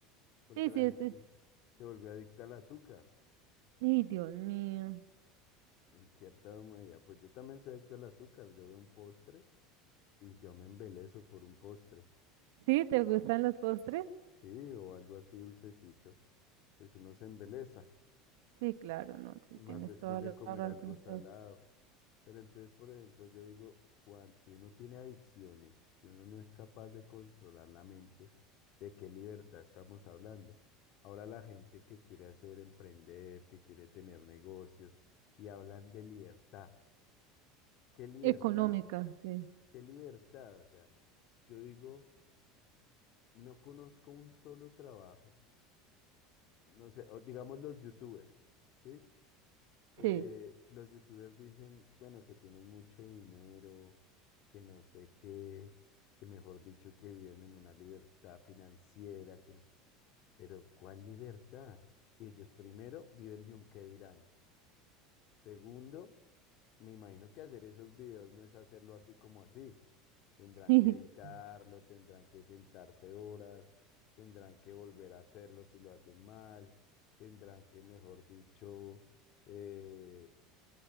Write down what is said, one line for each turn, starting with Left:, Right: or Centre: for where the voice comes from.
Left: porque
Right: Sí,
Left: la
Right: sí,
Left: gente
Right: sí.
Left: se volvió adicta al azúcar,
Right: Ay, Dios mío.
Left: en cierta medida. Pues yo también soy adicto al azúcar, yo veo un postre y yo me embelezo por un postre,
Right: ¿Sí? ¿Te gustan los postres?
Left: ¿sí? O algo así dulcecito, pues uno se embeleza.
Right: Sí, claro, no, sí,
Left: más
Right: tienes
Left: después
Right: toda
Left: de
Right: la
Left: comer
Right: razón.
Left: algo salado.
Right: so-
Left: Pero entonces, por ejemplo, yo digo, Juan, si uno tiene adicciones, si uno no es capaz de controlar la mente, ¿de qué libertad estamos hablando? Ahora la gente que quiere hacer emprender, que quiere tener negocios, y hablan de libertad. ¿Qué libertad?
Right: Económica, sí,
Left: ¿Qué libertad? O sea, yo digo, no conozco un solo trabajo, no sé, o digamos los youtubers, ¿sí? Eh,
Right: sí.
Left: los youtubers dicen, bueno, que tienen mucho dinero que no sé qué, que mejor dicho que viven en una libertad financiera, que no- pero ¿cuál libertad? Si ellos primero viven de un qué dirán. Segundo, me imagino que hacer esos videos no es hacerlo así como así. Tendrán
Right: <laughs>
Left: que editarlo, tendrán que sentarse horas, tendrán que volver a hacerlo si lo hacen mal, tendrán que, mejor dicho, eh,